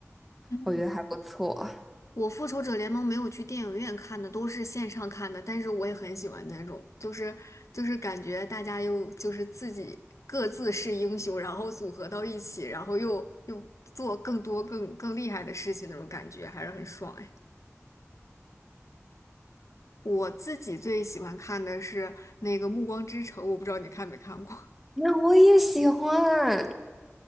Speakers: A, on the left; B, in the centre.
A: 嗯。
B: 我觉得还不错。
A: 我《复仇者联盟》没有去电影院看的，都是线上看的，但是我也很喜欢那种，就是就是感觉大家又就是自己各自是英雄，然后组合到一起，然后又又做更多更更厉害的事情那种感觉，还是很爽哎。我自己最喜欢看的是那个《暮光之城》，我不知道你看没看过。
B: 那我也喜欢。